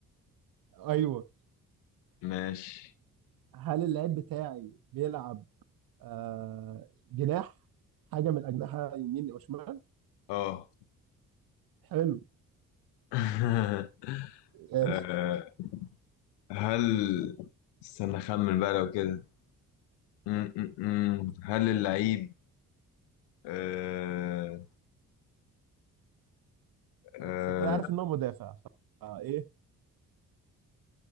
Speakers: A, on the right (about 50°); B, on the left (about 65°).
A: ايوه
B: ماشي
A: هل اللاعب بتاعي بيلعب آه جناح حاجه من اجنحه يمين او شمال
B: اه
A: حلو
B: <laughs>
A: ماشي
B: آه، هل استنى اخمن بقى لو كده مم، مم، مم. هل اللعيب آه...
A: انت
B: آه...
A: كده عارف ان هو مدافع فايه